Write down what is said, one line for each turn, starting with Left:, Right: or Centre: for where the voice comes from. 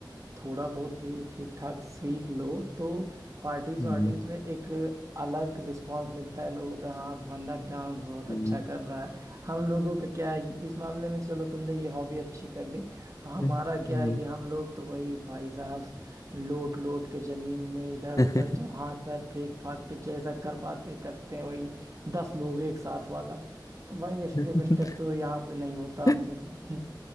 Right: थोड़ा बहुत भी ठीक ठाक सीख लो तो पार्टीज
Left: हम्म,
Right: वार्टीज में एक अलग रिस्पांस मिलता है लोगों का हाँ बंदा डांस बहुत
Left: हम्म,
Right: अच्छा कर रहा है हम लोगों का क्या है इस मामले में चलो तुमने ये हॉबी अच्छी कर ली हमारा
Left: हम्म,
Right: क्या
Left: हम्म,
Right: है कि हम लोग तो वही भाई साहब लोट लोट के जमीन में इधर
Left: हम्म।
Right: उधर जो हाथ पैर फेंक फाक के जैसा कर पाते करते हैं वही दस लोग एक साथ वाला तो भाई स्टेप
Left: हम्म,
Right: स्टेप
Left: <laughs>
Right: तो यहाँ पे नहीं होता
Left: <laughs>
Right: हमसे तो